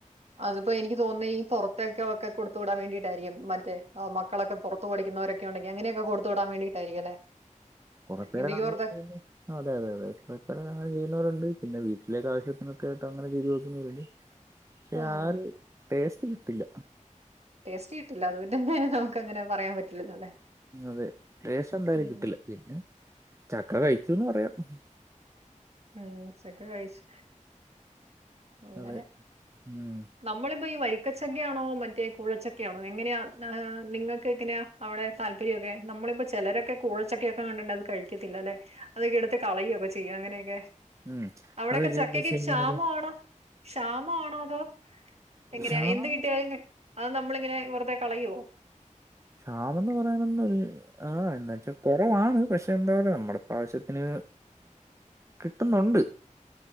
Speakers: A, on the right; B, on the right.
A: അതിപ്പോ എനിക്ക് തോന്ന്ന്ന് ഈ പൊറത്തേക്ക്‌ അതൊക്കെ കൊട്ത്ത് വിടാൻ വേണ്ടിയിട്ടായിരിക്കും മറ്റേ ആഹ് മക്കളൊക്കെ പൊറത്ത് പഠിക്കുന്നവരെ ക്കെയുണ്ടെങ്കി അങ്ങനെ ഒക്കെ കൊട്ത്ത് വിടാൻ വേണ്ടിയിട്ടായിരിക്കും അല്ലേ
B: കൊറെ പേരൊക്കെ
A: ഇന്ത്യക്ക്
B: അങ്ങനെ
A: പൊറത്ത്
B: ചെയ്യുന്നു അതെ അതെ അതെ <unintelligible> അങ്ങനെ ചെയ്യുന്നവരുണ്ട് പിന്നെ വീട്ടിലേക്ക്‌ ആവശ്യത്തിനൊക്കെ ആയിട്ട് അങ്ങനെ ചെയ്ത് വെക്കുന്നവരുണ്ട് പക്ഷേ
A: ആഹ്
B: ആ ഒര് ടേസ്റ്റ് കിട്ടില്ല
A: ട്ടേസ്റ്റ് കിട്ടില്ല അത്കോണ്ടെന്നെ നമുക്കങ്ങനെ പറയാൻ പറ്റില്ലല്ലോ അല്ലെ
B: അതെ ടേസ്റ്റ് എന്തായാലും
A: ഉം
B: കിട്ടില്ല പിന്നെ ചക്ക കഴിച്ചൂന്ന് പറയം ഉം ഉം
A: ഉം ചക്കകഴിച്ചു അങ്ങനെ
B: അതെ ഉം
A: നമ്മളിപ്പോ ഈ വരിക്കച്ചക്കയാണോ മറ്റേ കുഴച്ചക്കയാണെ എങ്ങനെയാ നിങ്ങൾക്ക് എങ്ങനെയാ അവിടെ താല്പര്യക്കെ നമ്മളിപ്പോ ചെലരൊക്കെ കൂഴച്ചക്കൊക്കെ കണ്ട അത് കഴിക്കത്തില്ല ലെ അതൊക്കെ എടുത്ത് കളയൊക്കെ ചെയ്യും അങ്ങനെയൊക്കെ
B: ഉം
A: അവിടെക്കെ
B: അത് വെച്ച്
A: ചക്കൊക്കെ
B: കഴിഞ്ഞാല്
A: ക്ഷാമാണോ ക്ഷാമാണോ അതോ എങ്ങനെയാ
B: വിശാലമായി
A: എന്ത് കിട്ടിയാലും അത് നമ്മളിങ്ങനെ വെറുതെ കളയോ
B: ക്ഷാമെന്ന് പറയാനൊന്നൂ ആഹ്എന്നാച്ചാൽ കുറവാണ് പക്ഷെ എന്താ പറ നമ്മുടെ ആവശ്യത്തിന് കിട്ടൊന്നുണ്ട്